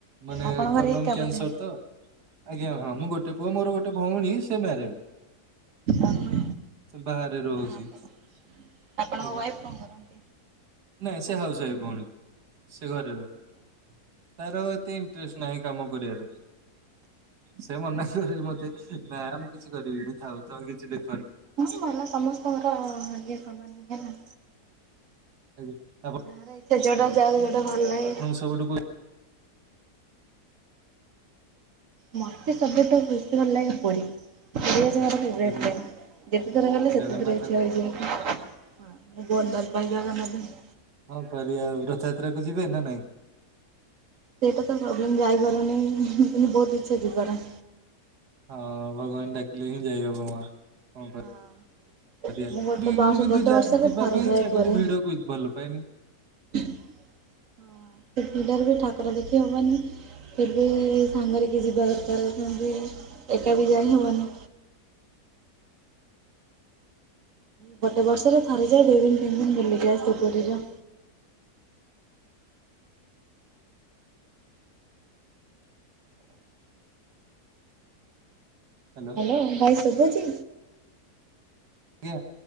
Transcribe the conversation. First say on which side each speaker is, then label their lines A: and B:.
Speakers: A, on the right; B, on the right.
A: ମାନେ
B: ଆପଣଙ୍କର
A: କଲନ
B: ଏକା
A: କ୍ୟାନସର
B: ବୋଧେ।
A: ତ ଆଜ୍ଞା ହଁ ମୁଁ ଗୋଟେ ପୁଅ ମୋର ଗୋଟେ ଭଉଣୀ ସେ ମାରେଡ।
B: ଓହୋ
A: ସେ ବାହାରେ ରହୁଛି।
B: ଆପଣ ଆପଣଙ୍କ
A: ଆଜ୍ଞା
B: ୱାଇଫ୍ କଣ କରନ୍ତି?
A: ନାଇଁ ସେ ହାଉସ ୱାଇଫ୍ ଭଉଣୀ। ସେ ଘର ରହେ ତାର ଏତେ ଇଣ୍ଟରେଷ୍ଟ ନାହିଁ କାମ କରିବାରେ। ସେ ମନା କରିବ ମତେ ନା ମୁଁ କିଛି କରିବିନି ଥାଉ ତମେ କିଛି ଦେଖ
B: ହ ମଲା ସମସ୍ତଙ୍କର ଇଏ କଲାନି ହେଲା
A: ଆଜ୍ଞା, ଆପ
B: ଯାହାର ଇଛା ଯୋଟା ଯାଉ ଯୋଉଟା ଭଲ ଲାଗେ
A: ସବୁଠୁ
B: ମୋତେ ସବୁଠୁ ବେଶୀ ପୁରୀ, ପୁରୀ ଗଜା ମୋର
A: ପୁରୀ
B: <inaudible> ଯେତେଥର ହେଲେ
A: ଜଗନ୍ନାଥଙ୍କ
B: ସେତେ ଥରେ ଇଚ୍ଛା ହୋଇଯାଏ। ହଁ ମୁଁ ବହୁତ ଭଲପାଏ ଜଗନ୍ନାଥ ଧାମ।
A: କଣ କରିବା ଆଉ, ରଥଯାତ୍ରା କୁ ଯିବେ ନା ନାଇଁ?
B: ସେଇଟା ତ ପ୍ରୋବ୍ଲେମ ଯାଇପାରୁନି କିନ୍ତୁ ବହୁତ ଇଚ୍ଛା ଯିବାର
A: ହଁ ଭଗବାନ ଡାକିଲେ ହିଁ ଯାଇ ହବ ମା। କଣ କରିବା।
B: ହଁ ଅ
A: କରିବା
B: ମୁଁ ଗୋଟେ
A: ବି
B: ବ
A: ମୁଁ କିନ୍ତୁ
B: ଗୋଟେ
A: ଯା
B: ବର୍ଷ ରେ
A: ଯିବା
B: ଥରେ
A: ପାଇଁ
B: ଯାଏ
A: ଇଚ୍ଛା
B: ପୁରୀ।
A: କିନ୍ତୁ ଭିଡକୁ ଭଲ ପାଏନି
B: ହଁ ସେ ଭିଡରେ ବି ଠାକୁର ଦେଖି ହବନି। ଫେର୍ ବି ସାଙ୍ଗରେ କିଏ ଯିବା ଦରକାର, ସେମତି ଏକା ବିି ଯାଇ ହେବନି। ଗୋଟେ ବର୍ଷରେ ଥରେଯାଏ, ଦୁଇ ଦିନ ତିନି ଦିନ ବୁଲି କି ଆସେ ପୁରୀରେ
A: ହ୍ୟାଲୋ
B: ହଁ ଭାଇ ଶୁଭୁଛି?
A: ଆଜ୍ଞ,